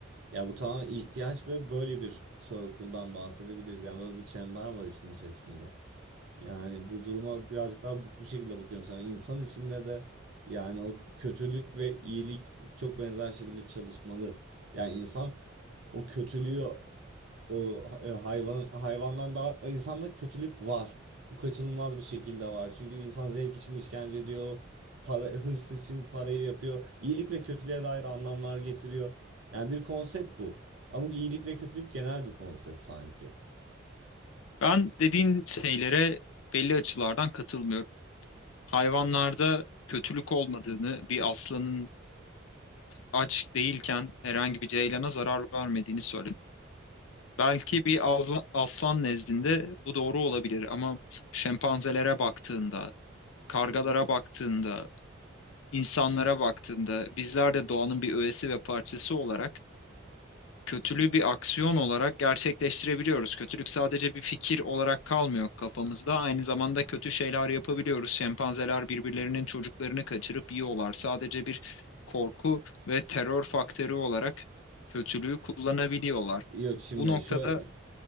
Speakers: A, on the right; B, on the left.
A: Ya bu tamamen ihtiyaç ve böyle bir circle'dan bahsedebiliriz. Yani böyle bir çember var işin içerisinde. Yani bu duruma birazcık daha bu bu şekilde bakıyorum sana. İnsan içinde de yani o kötülük ve iyilik çok benzer şekilde çalışmalı. Yani insan o kötülüğü o ha- e, hayvan hayvandan daha e, insanda kötülük var. Bu kaçınılmaz bir şekilde var. Çünkü insan zevk için işkence ediyor. Para, hırs için parayı yapıyor. İyilik ve kötülüğe dair anlamlar getiriyor. Yani bir konsept bu. Ama iyilik ve kötülük genel bir konsept sanki.
B: Ben dediğin şeylere belli açılardan katılmıyorum. Hayvanlarda kötülük olmadığını, bir aslanın aç değilken herhangi bir ceylana zarar vermediğini söyledim. Belki bir azla- aslan nezdinde bu doğru olabilir ama şempanzelere baktığında, kargalara baktığında, insanlara baktığında bizler de doğanın bir öğesi ve parçası olarak kötülüğü bir aksiyon olarak gerçekleştirebiliyoruz. Kötülük sadece bir fikir olarak kalmıyor kafamızda. Aynı zamanda
A: <laughs>
B: kötü şeyler yapabiliyoruz. Şempanzeler birbirlerinin çocuklarını kaçırıp yiyorlar. Sadece bir korku ve terör faktörü olarak kötülüğü kullanabiliyorlar.
A: Yok şimdi
B: Bu noktada
A: şu